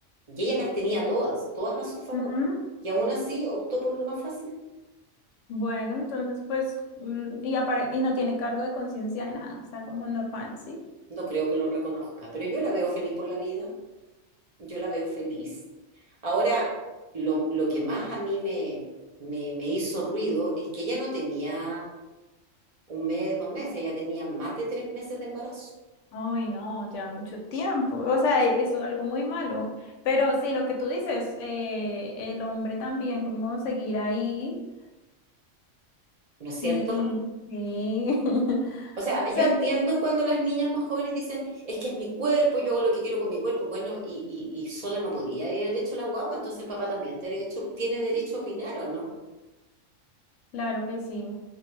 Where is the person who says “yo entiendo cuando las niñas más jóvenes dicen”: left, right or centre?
Right